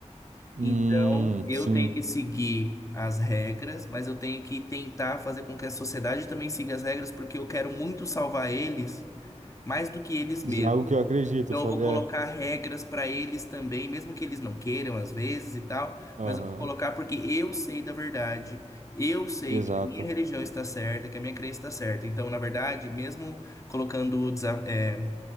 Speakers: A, on the right (about 80°); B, on the left (about 25°).
A: Hum,
B: Então, eu
A: sim.
B: tenho que seguir as regras, mas eu tenho que tentar fazer com que a sociedade também siga as regras, porque eu quero muito salvar eles mais do que eles mesmos.
A: De algo que eu acredito,
B: Então
A: sabe?
B: eu vou colocar
A: É.
B: regras para eles também, mesmo que eles não queiram às vezes e tal,
A: Aham.
B: mas eu vou colocar porque eu sei da verdade, eu sei
A: Exato.
B: que a minha religião está certa, que a minha crença está certa. Então, na verdade, mesmo colocando desa- é,